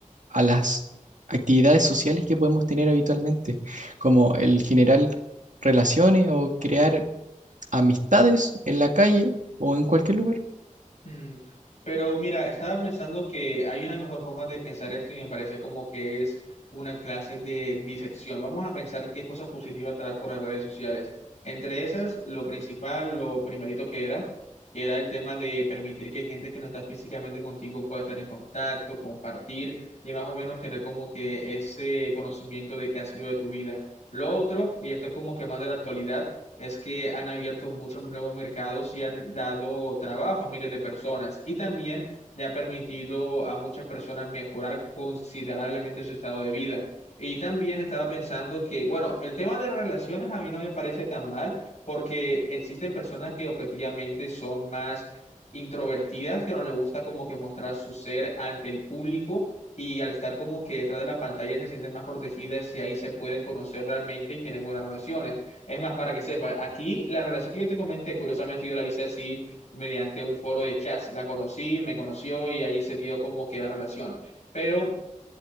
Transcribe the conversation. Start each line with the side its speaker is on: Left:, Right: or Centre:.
Right: a las actividades sociales que podemos tener habitualmente, como el generar relaciones o crear amistades en la calle o en cualquier lugar.
Left: Mm, Pero mira, estaba pensando que hay una mejor forma de pensar esto y me parece como que es una clase de disección. Vamos a pensar qué cosas positivas trajo las redes sociales. Entre esas, lo principal, lo primerito que era, que era el tema de permitir que gente que no está físicamente contigo pueda estar en contacto, compartir y más o menos tener como que ese conocimiento de qué ha sido de tu vida. Lo otro, y esto es como que más de la actualidad es que han abierto muchos nuevos mercados y han dado trabajo a miles de personas y también le ha permitido a muchas personas mejorar considerablemente su estado de vida. Y también estaba pensando que, bueno, el tema de relaciones a mí no me parece tan mal porque existen personas que objetivamente son más introvertidas, que no les gusta como que mostrar su ser ante el público. Y al estar como que detrás de la pantalla se sienten más protegidas y ahí se pueden conocer realmente y tener buenas relaciones. Es más, para que sepa, aquí la relación que yo te comenté, curiosamente yo la hice así mediante un foro de chats. La conocí, me conoció y ahí se dio como que la relación. Pero